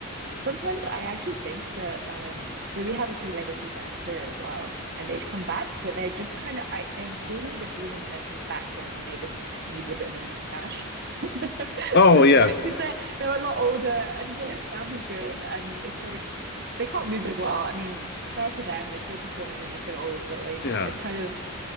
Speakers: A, on the right; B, on the left.
A: Sometimes I actually think that um so we have a few legacy bands here as well and they'd come back but they just kind of I they give me the feeling they're coming back when they just needed a bit more cash <laughs> because
B: Oh, yes.
A: they're they're a lot older and they don't sound as good and it's like they can't move as well I mean fair to them they're still performing when they're so old but like
B: Yeah.
A: it's kind of